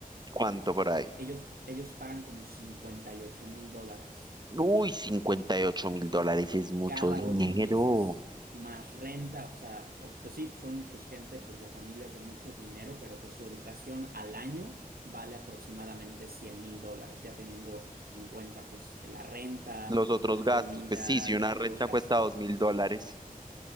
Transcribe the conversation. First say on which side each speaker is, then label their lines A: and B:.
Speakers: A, on the right; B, on the right.
A: ¿Cuánto por
B: Eh,
A: ahí?
B: Ellos, ellos pagan como cincuenta y ocho mil dólares.
A: Uy, cincuenta y ocho mil dólares es mucho
B: cada
A: dinero.
B: ocho meses, más renta, o sea, pues, pues sí, son pues gente pues de familias de mucho dinero, pero pues su educación al año vale aproximadamente cien mil dólares, ya teniendo en cuenta pues la renta,
A: Los otros
B: la
A: gastos,
B: comida,
A: pues sí, si
B: los
A: una
B: otros
A: renta
B: gastos.
A: cuesta dos mil dólares.